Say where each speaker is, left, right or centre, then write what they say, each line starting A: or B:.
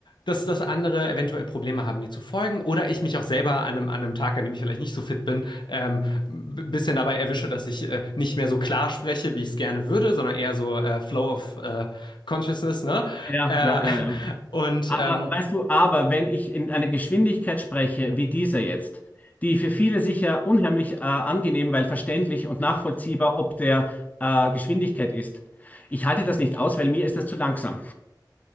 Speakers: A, on the left; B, on the left.
A: Dass, dass andere eventuell Probleme haben, mir zu folgen oder ich mich auch selber an einem, an einem Tag, an dem ich vielleicht nicht so fit bin, ähm, ein bisschen dabei erwische, dass ich äh, nicht mehr so klar spreche, wie ich es gerne würde, sondern eher so äh, Flow of äh, Consciousness, ne?
B: Ja,
A: Äh,
B: ja, ja, ja.
A: <laughs> und
B: Aber
A: ähm,
B: weißt du, aber wenn ich in einer Geschwindigkeit spreche, wie dieser jetzt, die für viele sicher unheimlich äh, angenehm, weil verständlich und nachvollziehbar ob der äh, Geschwindigkeit ist, ich halte das nicht aus, weil mir ist das zu langsam.